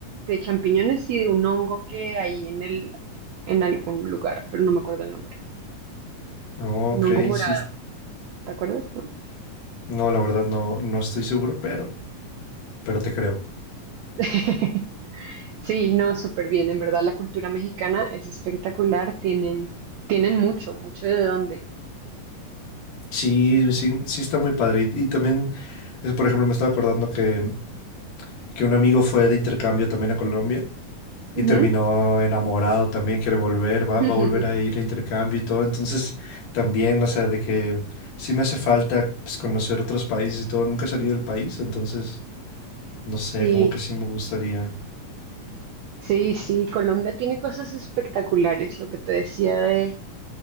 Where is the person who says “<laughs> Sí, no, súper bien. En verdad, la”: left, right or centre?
Right